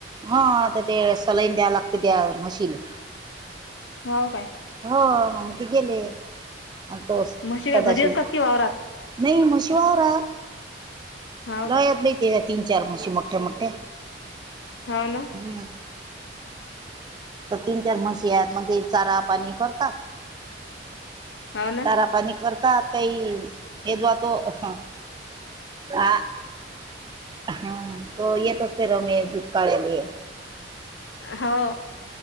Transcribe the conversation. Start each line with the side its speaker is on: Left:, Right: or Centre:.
Right: हा आता ते चलाईन द्याय लागते त्या म्हशीले
Left: हाव काय
Right: हो मग ते गेले अन् तोस
Left: म्हशी काय
Right: सदाशिव
Left: घरी असतात की वावरात
Right: नाही म्हशी वावरात
Left: हाव
Right: लयेत
Left: काय
Right: नही तेज्या तीन चार म्हशी मोठ्या मोठ्या
Left: हाव ना
Right: हम्म तर तीन चार म्हशी आहेत मग ते चारा पाणी करतात.
Left: हाव ना
Right: चारा पाणी करतात काही मेदवा तो हम आ हा तो येत असते रमेश दुध काढाले
Left: हो